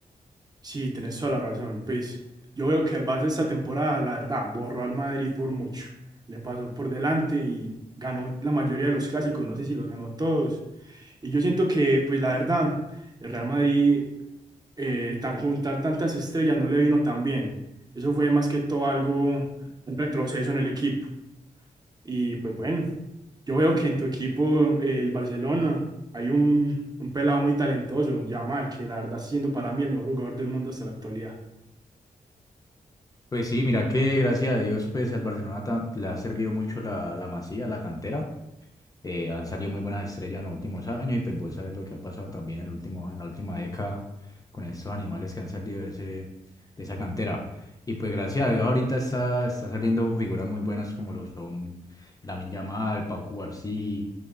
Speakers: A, on the right; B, on the left.
A: Sí, tenés toda la razón. Pues yo veo que el Barça esta temporada, la verdad, borró al Madrid por mucho. Le pasó por delante y ganó la mayoría de los clásicos. No sé si los ganó todos. Y yo siento que, pues la verdad, el Real Madrid eh, tan- juntar tantas estrellas no le vino tan bien. Eso fue más que todo algo, un retroceso en el equipo. Y pues bueno, yo veo que en tu equipo, el Barcelona, hay un, un pelado muy talentoso, Yamal, que la verdad siendo para mí el mejor jugador del mundo hasta la actualidad.
B: Pues sí, mira que gracias a Dios pues al Barcelona ta- le ha servido mucho la, la Masía, la cantera. Eh, han salido muy buenas estrellas en los últimos años y pues vos sabes lo que ha pasado también en el último, en la última década con estos animales que han salido de, ese, de esa cantera. Y pues gracias a Dios ahorita está, están saliendo figuras muy buenas como lo son Lamine Yamal, Pau Cubarsí,